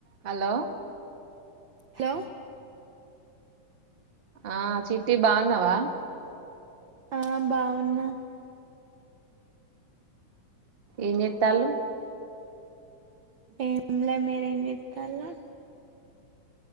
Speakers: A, on the right; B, on the right.
A: హలో
B: హలో
A: ఆ చిట్టి బాగున్నావా
B: ఆ బాగున్నా
A: ఏం చేతాలు
B: ఏంలే మీరేం చేత్తాలు